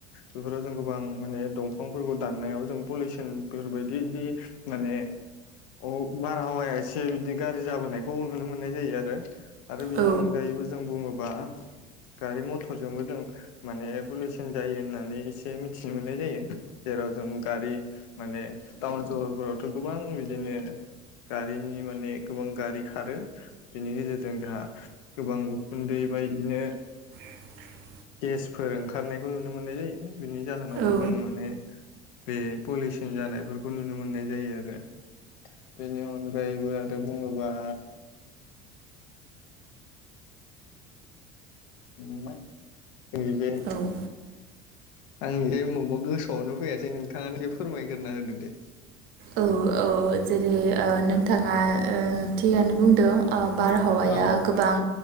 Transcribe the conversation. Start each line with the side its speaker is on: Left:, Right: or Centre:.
Left: बेफोराव जों गोबां माने दंफांफोरखौ दाननायाव जों पलिउसन बेफोरबायदिदि माने अ बारहावाया एसे बिदि गाज्रि जाबोनायखौ नुनो मोननाय जायो आरो। आरो बेनि
Right: औ
Left: अनगायैबो जों बुङोबा गारि मथरजोंबो जों माने पलिउसन जायो होननानै एसे मिथिनो मोननाय जायो। जेराव जों गारि माने टाउन सहरफोरावथ' गोबां बिदिनो गारिनि माने गोबां गारि खारो बेनि गेजेरजों जोंहा गोबां उखुन्दै बायदिनो
Right: <inaudible>
Left: गेसफोर ओंखारनायखौ नुनो मोननाय जायो बिनि जाहोनावबो
Right: औ
Left: जों माने बे पलिउसन जानायफोरखौ नुनो मोननाय जायो आरो बेनि अनगायैबो आरो ओ बुङोबा <unintelligible>
Right: औ
Left: आंनि जे बबेबा गोसोआवनो फैयाासै नोंथाङानो ए फोरमायग्रोना होदो दे
Right: औ औ जेरै ओ नोंथाङा ओ थिगानो बुंदों ओ बारहावाया
Left: औ
Right: गोबां